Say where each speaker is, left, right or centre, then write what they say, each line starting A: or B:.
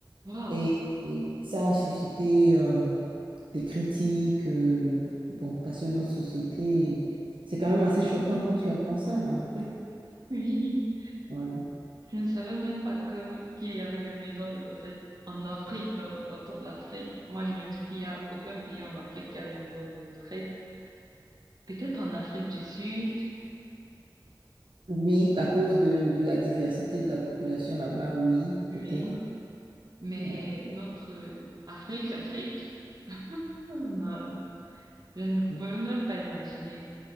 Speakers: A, on the right; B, on the right.
A: Waouh!
B: Et, et ça a suscité euh, des critiques. euh, bon, parce que notre société, c'est quand même assez choquant quand tu apprends ça en Afrique.
A: Oui,
B: Ouais.
A: je ne savais même pas que, oui, qu'il y avait des maisons de retraite en Afrique, dans, dans toute l'Afrique. Moi, je me dis qu'il n'y a aucun pays en Afrique qui a des maisons de retraite. Peut-être en Afrique du Sud,
B: Oui, à cause de, de la diversité de la population là-bas, oui,
A: oui,
B: peut-être.
A: mais
B: Ouais.
A: notre euh, Afrique, Afrique, oh non, je ne peux
B: Bon,
A: même pas imaginer.